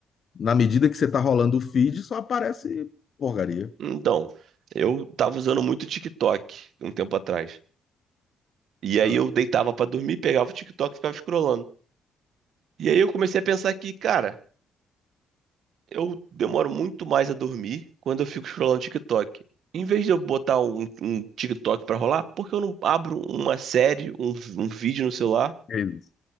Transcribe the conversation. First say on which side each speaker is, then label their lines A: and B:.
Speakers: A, on the left; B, on the right.
A: Na medida que você tá rolando o feed, só aparece porcaria.
B: então, eu tava usando muito TikTok um tempo atrás. E aí
A: Ah,
B: eu deitava pra dormir, pegava o TikTok e ficava scrollando. E aí eu comecei a pensar que, cara, eu demoro muito mais a dormir quando eu fico scrollando TikTok. Em vez de eu botar um, um TikTok pra rolar, porque eu não abro uma série, um, um vídeo no celular
A: é isso.